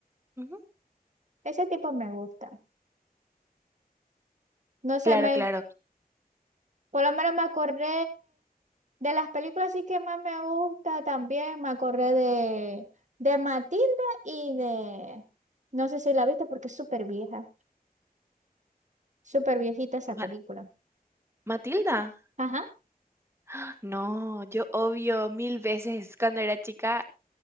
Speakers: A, on the right; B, on the right.
A: Ujú.
B: ese tipo me gusta. No
A: Claro,
B: sé, me,
A: claro.
B: por lo menos me acordé de las películas sí que más me gusta también. Me acordé de, de Matilda y de, no sé si la viste porque es súper vieja. Súper viejita esa
A: Ma-
B: película.
A: ¿Matilda? <gasps>
B: Ajá,
A: ¡Ah! No, yo obvio mil veces cuando era chica